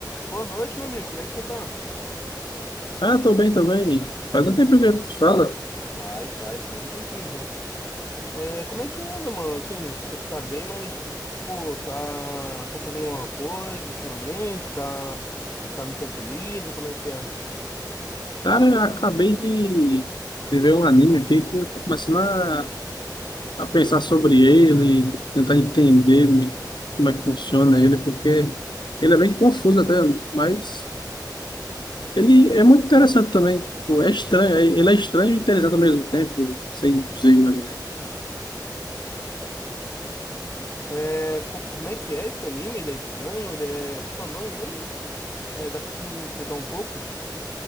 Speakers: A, on the left; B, on the left.
A: Boa noite, meu amigo. Como é que você tá?
B: Ah, tô bem também. Faz um tempo que eu te falo.
A: Faz, faz, faz um tempinho já. É, como é que anda, mano? Assim, você falou que tá bem, mas, pô, tá, tá fazendo alguma coisa ultimamente? Tá, tá no tempo livre? Como é que é?
B: Cara, eu acabei de, de ver um anime aqui que eu tô começando a, a pensar sobre ele, tentar entender me- como é que funciona ele, porque ele é bem confuso até, mas ele é muito interessante também. Tipo, é estranho, é- ele é estranho e interessante ao mesmo tempo, sem dizer mais ou menos.
A: É, co- como é que é esse anime? Ele é estranho? Ele é. Qual é o nome mesmo? É, dá pra tu me explicar um pouco?